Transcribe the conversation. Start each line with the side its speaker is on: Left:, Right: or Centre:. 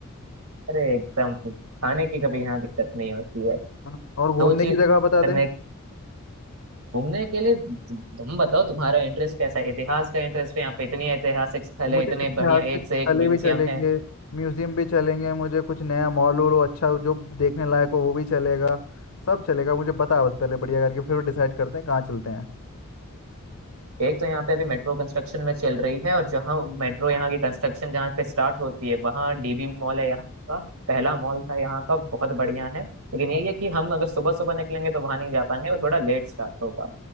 Right: अरे एकदम खाने की कभी यहाँ दिक्कत नहीं होती है
Left: हाँ, और घूमने
Right: दो चीज
Left: की जगह बता
Right: करने
Left: दे
Right: घूमने के लिए तु- तुम बताओ तुम्हारा इंटरेस्ट कैसा है इतिहास का इंटरेस्ट है यहाँ पे इतनी ऐतिहासिक स्थल
Left: मुझे
Right: है इतने
Left: ऐतिहासिक
Right: बढ़िया एक
Left: स्थलें
Right: से एक म्यूजियम
Left: भी चलेंगे
Right: है
Left: म्यूजियम भी चलेंगे मुझे कुछ नया मॉल वॉल हो अच्छा हो, जो देखने लायक हो वो भी चलेगा सब चलेगा मुझे बता बस पहले बढ़िया करके फिर डिसाइड करते हैं कहाँ चलते हैं
Right: एक तो यहाँ पे अभी मेट्रो कंस्ट्रक्शन में चल रही है और जहाँ मेट्रो यहाँ की कंस्ट्रक्शन जहाँ पे स्टार्ट होती है वहाँ डीबी मॉल है यहाँ का पहला मॉल था यहाँ का बहुत बढ़िया है लेकिन
Left: अ-
Right: यही है कि हम अगर सुबह सुबह निकलेंगे तो वहाँ नहीं जा पाएंगे वो थोड़ा लेट स्टार्ट होगा